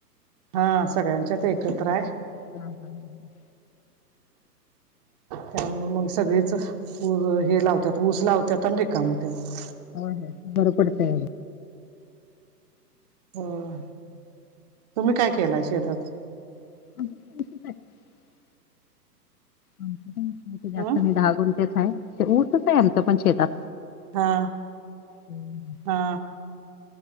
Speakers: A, on the right; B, on the left.
A: हा सगळ्यांच्यात एकत्र हाय.
B: हा हा ह ह
A: त्यामुंळ मग सगळीच अ हे लावत्यात ऊस लावत्यात आणि रिकाम होत्यात.
B: होय होय बर पडतय आणि
A: होय. तुम्ही काय केलाय शेतात?
B: <unintelligible> आमच काय आमच जास्त
A: हं
B: नाय दहा गुंठेच हाय. ऊसच हाय आमचं पण शेतात.
A: हा
B: हम्म.
A: -हा